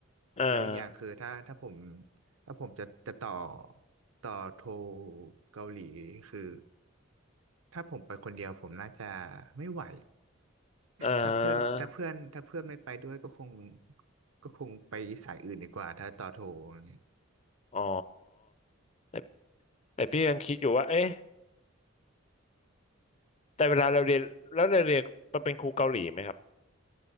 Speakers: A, on the left; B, on the right.
A: อ่า
B: แล้วอีกอย่างคือถ้าถ้าผมถ้าผมจะจะต่อต่อโทเกาหลีคือถ้าผมไปคนเดียวผมน่าจะไม่ไหว
A: อ่า
B: ถ้าเพื่อนถ้าเพื่อนถ้าเพื่อนไม่ไปด้วยก็คงก็คงไปสายอื่นดีกว่าถ้าต่อโทรอะไรเงีย
A: อ๋อแต่แต่พี่ยังคิดอยู่ว่าเอ๊ะแต่เวลาเราเรียนแล้วเราเรียนมันเป็นครูเกาหลีไหมครับ